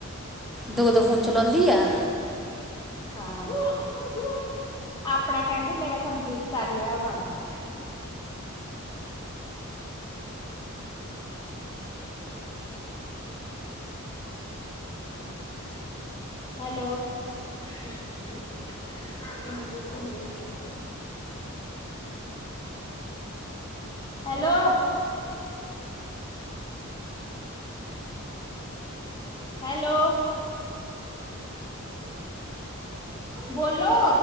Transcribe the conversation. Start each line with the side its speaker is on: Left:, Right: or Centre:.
Centre: ਦੋ-ਦੋ ਫੋਨ ਚਲਾਉਂਦੀ ਐ।
Left: ਹਾਂ, ਆਪਣਾ ਕਹਿੰਦੀ ਮੇਰਾ ਕੰਪਲੀਟ ਕਰ ਲਿਆ ਵਾ ਨਾ <inaudible> ਹੈਲੋ, ਹੈਲੋ। ਦਾ <unintelligible> ਹੈਲੋ। ਹੈਲੋ। ਬੋਲੋ।